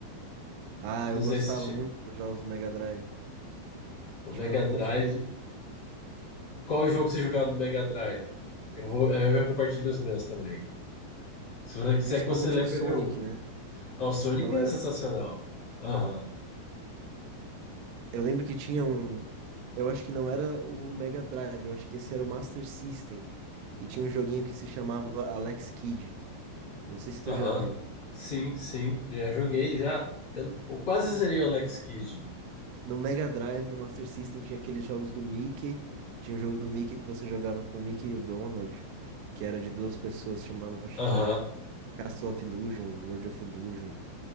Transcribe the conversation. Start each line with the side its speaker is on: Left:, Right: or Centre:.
Right: Ah,
Left: Não
Right: eu
Left: sei
Right: gostava
Left: se che-
Right: muito dos jogos do Mega Drive.
Left: pô,
Right: Tinha
Left: Mega
Right: alguns,
Left: Drive.
Right: tem-
Left: Qual é o jogo que você jogava no Mega Drive? Eu vou, eu já compartilho os meus também. Se, você- se
Right: principalmente
Left: é que você lembra
Right: o Sonic,
Left: de algum.
Right: né?
Left: Ah, o Sonic
Right: Não
Left: é
Right: era,
Left: sensacional. Aham,
Right: eu lembro que tinha um, eu acho que não era o Mega Drive, eu acho que esse era o Master System e tinha um joguinho que se chamava Alex Kidd. Não sei se tu
Left: aham.
Right: já viu.
Left: Sim, sim. Já joguei, já. Eu, eu quase
Right: E
Left: zerei o Alex Kidd.
Right: no Mega Drive, no Master System, tinha aqueles jogos do Mickey. Tinha um jogo do Mickey que você jogava com o Mickey e o Donald, que era de duas pessoas, chamava, acho
Left: Aham.
Right: que Castle of Illusion, World of Illusion.